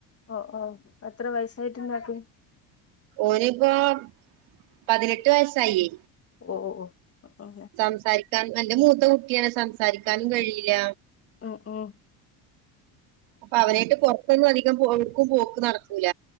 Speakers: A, on the left (about 30°); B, on the right (about 75°).
A: ഓ ഓ എത്ര വയസായിട്ട്ണ്ടാക്കും
B: ഓനിപ്പോപതിനെട്ട് വയസ്സായി
A: ഓ ഓ ഓ
B: സംസാരിക്കാൻ എന്റെ മൂത്തെ കുട്ടിയാണ് സംസാരിക്കാനും കഴിയില്ല
A: ഓ ഓ
B: ഇപ്പൊവരായിട്ട് പുറത്തൊന്നും അധികം എവ്ട്ക്കും പോക്ക് നടക്കൂല